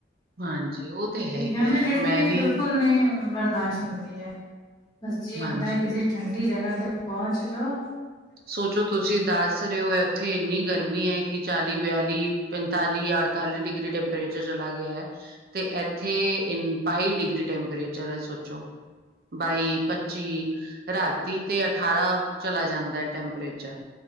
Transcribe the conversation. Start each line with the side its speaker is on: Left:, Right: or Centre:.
Right: ਹਾਂਜੀ ਉਹ ਤੇ
Left: ਜੀ,
Right: ਹੈ ਹੀ
Left: ਹਿਊਮਿਡਿਟੀ
Right: ਹੈ ਮੈਂ
Left: ਬਿਲਕੁਲ
Right: ਵੀ
Left: ਬਿਲਕੁਲ ਨੀਂ ਬਰਦਾਸ਼ਤ ਹੁੰਦੀ ਏ, ਬ ਜੀ ਹੁੰਦਾ
Right: ਹਾਂਜੀ।
Left: ਕਿਸੇ ਠੰਡੀ ਜਗ੍ਹਾ ਤੇ ਪੋਂਚ ਜੋੋ।
Right: ਸੋਚੋ ਤੁਸੀਂ ਦੱਸ ਰੇ ਓ ਐ ਓਥੇ ਏਨੀ ਗਰਮੀ ਐ ਕੀ ਚਾਲੀ, ਬਿਆਲੀ, ਪੰਤਾਲੀ, ਅਠ ਪੰਤਾਲੀ ਡਿਗਰੀ ਟੈਂਪਰੇਚਰ ਚਲਾ ਗਿਆ ਐ। ਤੇ ਏਥੇ ਏ ਬਾਈ ਡਿਗਰੀ ਟੈਂਪਰੇਚਰ ਐ, ਸੋਚੋ। ਬਾਈ, ਪੱਚੀ ਰਾਤੀ ਤੇ ਅਠਾਰਾਂ ਚਲਾ ਜਾਂਦਾ। ਟੈਂਪਰੇਚਰ।